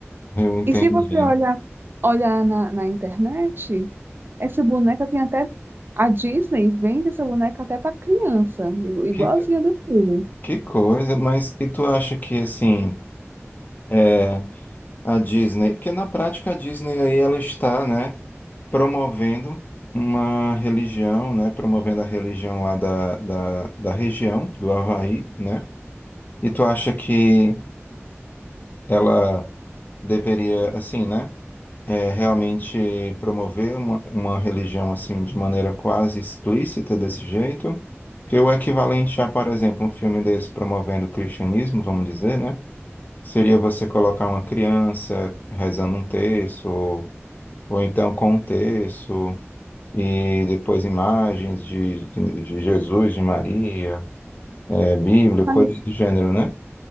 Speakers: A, on the left (about 40°); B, on the right (about 50°).
A: Eu entendi.
B: E se você olhar, olhar na, na internet, essa boneca tem até. A Disney vende essa boneca até para criança, i- igualzinha
A: Que,
B: do filme.
A: que coisa, mas e tu acha que assim. é, A Disney, porque na prática a Disney aí ela está, né, promovendo uma religião, né, promovendo a religião lá da, da, da região, do Havaí, né? E tu acha que ela deveria, assim, né, é, realmente promover uma, uma religião, assim, de maneira quase explícita desse jeito? Que o equivalente a, por exemplo, um filme desse promovendo o cristianismo, vamos dizer, né? Seria você colocar uma criança rezando um terço, ou então contexto, e depois imagens de, de, de Jesus, de Maria, é, Bíblia,
B: Mas
A: coisas do gênero, né?